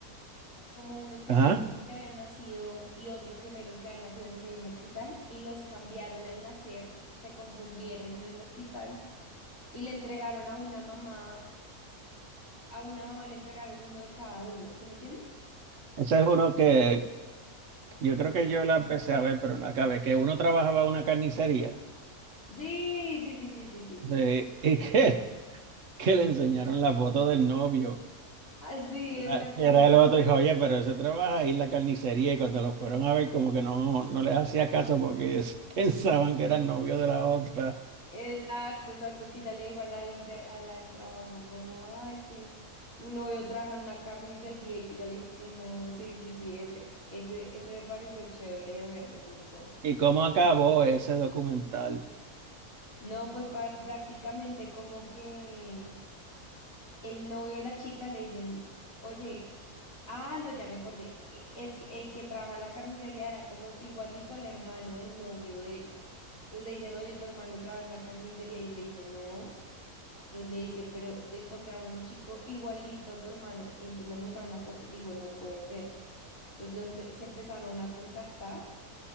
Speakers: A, on the left (about 65°); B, on the right (about 60°).
A: Como unos gemelos
B: Ajá.
A: que habían nacido y otros gemelos que habían nacido en el mismo hospital y los cambiaron al nacer, se confundieron en el hospital y le entregaron a una mamá. a una mamá le entregaron uno de cada uno, ¿sí me entiendes?
B: Ese es uno que yo creo que yo la empecé a ver, pero no acabé, que uno trabajaba en una carnicería
A: Sí, sí, sí, sí, sí, sí, sí.
B: sí, <laughs> y que, que le enseñaron la foto del novio
A: Así,
B: Era-
A: exactamente.
B: que era el otro, dijo, oye, pero ese trabaja ahí en la carnicería y cuando lo fueron a ver como que no, no les hacía caso porque ellos <laughs> pensaban que era el novio de la otra.
A: Exacto, exacto, que ya le dijo a la del, de- a la del trabajo, como, ay, que tu novio trabaja en una carnicería y que ya le dijo que no, sí, sí, sí, ese, ese, ese me pareció chévere de ver, me gustó.
B: ¿Y cómo acabó ese documental?
A: No, pues pa- prácticamente como que el novio de la chica le dicen, oye, ah, no, ya me acordé, que es que el que trabaja en la carnicería era como igualito al hermano del novio de ella. Entonces le dicen, oye, tu hermano trabaja en una carnicería y le dice, no. Entonces le dice, pero de- encontraron un chico igualito a tu hermano y entonces le mostraron una foto y dijo, no puede ser. Entonces lo empe- se empezaron a contactar